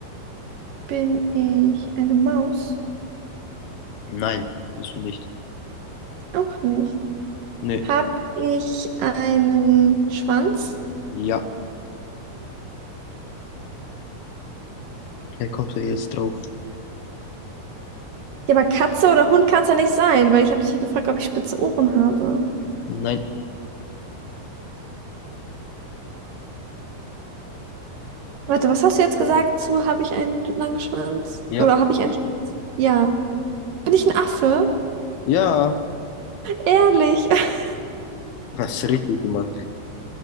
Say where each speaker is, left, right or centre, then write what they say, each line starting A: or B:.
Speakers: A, on the right (about 65°); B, on the left (about 75°).
A: Bin ich eine Maus?
B: Nein, bist du nicht.
A: Auch nicht.
B: Nee.
A: Hab ich einen Schwanz?
B: Ja, er kommt er jetzt drauf.
A: Ja, aber Katze oder Hund kann es ja nicht sein, weil ich habe dich ja gefragt, ob ich spitze Ohren habe.
B: Nein.
A: Warte, was hast du jetzt gesagt zu, habe ich einen langen Schwanz?
B: Ja.
A: Oder habe ich einen... Sch- Ja. Bin ich ein Affe?
B: Ja.
A: Ehrlich. <laughs>
B: Hast richtig gemacht.